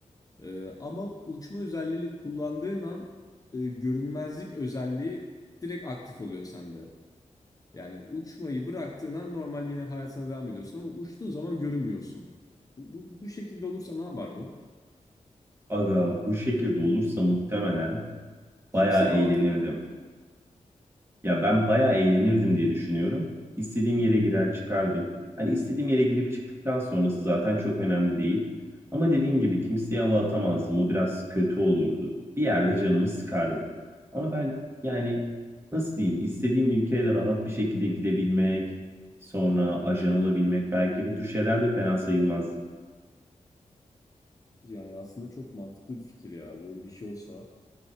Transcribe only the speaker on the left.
Ee, ama uçma özelliğini kullandığın an e, görünmezlik özelliği direkt aktif oluyor sende. Yani uçmayı bıraktığın an normal yine hayatına devam ediyorsun ama uçtuğun zaman görünmüyorsun. Bu, bu, bu şekilde olursa ne yapardın?
Kimseye
hava atamazdın.
Yani aslında çok mantıklı bir fikir ya böyle bir şey olsa.